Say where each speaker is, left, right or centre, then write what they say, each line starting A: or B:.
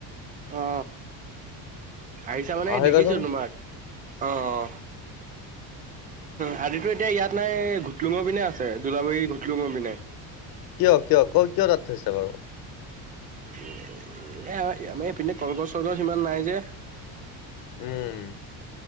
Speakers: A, on the right (about 20°); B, on the left (about 55°).
A: অ। আহিছা মানে
B: আহিবাচোন
A: দেখিছো তোমাক অ অ হাতীটো এতিয়া ইয়াত নাই ঘুটলুঙৰ পিনে আছে দোলাবাৰী ঘুটলুঙৰ পিনে।
B: কিয় কিয় ক কিয় তাত থৈছে বাৰু?
A: এ আমাৰ এইপিনে কলগছ চলগছ সিমান নাই যে
B: উম।